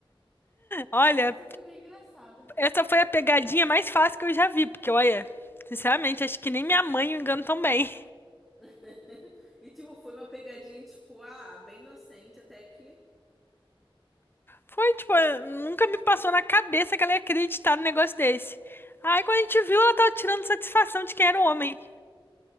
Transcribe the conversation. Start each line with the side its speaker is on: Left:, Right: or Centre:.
Left: Olha,
Centre: essa foi bem engraçada.
Left: essa foi a pegadinha mais fácil que eu já vi, porque, olha, sinceramente, acho que nem minha mãe me engano tão bem.
Centre: <laughs> E, tipo, foi uma pegadinha, tipo, ah, bem inocente até que.
Left: Foi, tipo, eh, nunca me passou na cabeça que ela ia acreditar num negócio desse. Aí quando a gente viu, ela tava tirando satisfação de quem era o homem.